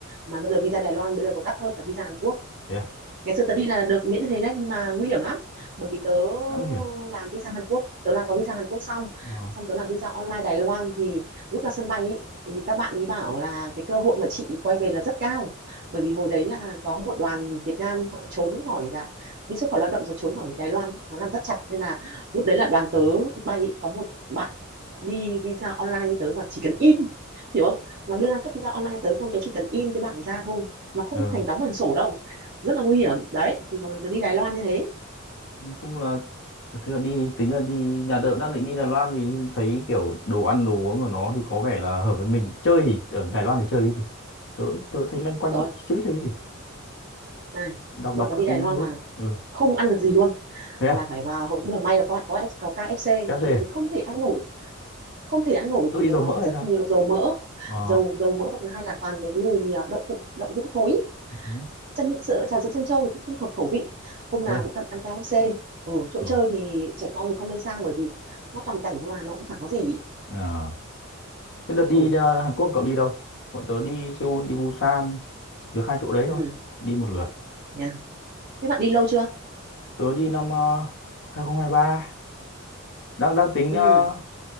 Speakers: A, on the right; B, on the left.
A: mà bây giờ visa Đài Loan bây giờ còn đắt hơn cả visa Hàn Quốc
B: Thế à?
A: ngày xưa tớ đi là được miễn như thế đấy nhưng mà nguy hiểm lắm bởi vì tớ
B: Đã hiểu.
A: làm visa Hàn Quốc tớ làm có visa Hàn Quốc xong
B: Ờ,
A: xong tớ làm visa online Đài Loan thì lúc ra sân bay ý, thì các bạn ý bảo là cái cơ hội mà chị quay về là rất cao bởi vì hồi đấy là có một đoàn Việt Nam họ trốn khỏi là đi xuất khẩu lao động rồi trốn khỏi Đài Loan nó làm rất chặt nên là lúc đấy là đoàn tớ
B: ờ.
A: lúc bay ý, có một bạn đi visa online như tớ mà chỉ cần in hiểu không nó đưa ra cấp visa online tớ xong tớ chỉ cần in cái bảng ra thôi nó không
B: Ờ,
A: thành đóng bằng sổ đâu rất là nguy hiểm đấy thì hồi tớ đi Đài Loan như thế
B: nói chung là thực ra đi tính là đi nhà tớ cũng đang định đi Đài Loan vì thấy kiểu đồ ăn đồ uống của nó thì có vẻ là hợp với mình chơi thì ở Đài Loan thì chơi cái gì tớ tớ thấy loanh quanh
A: rồi
B: chưa biết chơi cái gì
A: này
B: đọc
A: bạn
B: đọc
A: tớ
B: các
A: đi Đài
B: cái
A: Loan
B: nước
A: là
B: ừ
A: không ăn được gì luôn
B: thế à
A: là phải vào hầu như là may là có có có KFC
B: KFC
A: bởi vì không thể ăn nổi không thể ăn nổi bởi
B: tớ
A: vì
B: bị dầu
A: nó
B: mỡ hay
A: rất
B: sao
A: nhiều dầu mỡ
B: ờ
A: dầu dầu mỡ và thứ hai là toàn cái mùi à, đậu phụ đậu hũ thối
B: thế
A: chân sữa trà sữa chân trâu thì cũng không hợp khẩu vị hôm
B: thế
A: nào
B: à
A: cũng cần ăn KFC ừ, chỗ
B: ừ
A: chơi thì trẻ con thì không nên sang bởi vì nó toàn cảnh thôi mà nó cũng chẳng có gì ý.
B: à. thế đợt đi
A: ừ
B: ờ, Hàn Quốc cậu đi đâu bọn tớ đi Seoul đi Busan được hai chỗ đấy thôi
A: ừ
B: đi một lượt
A: nha thế bạn đi lâu chưa
B: tớ đi năm uh, 2023. đang đang tính
A: ừ
B: ờ,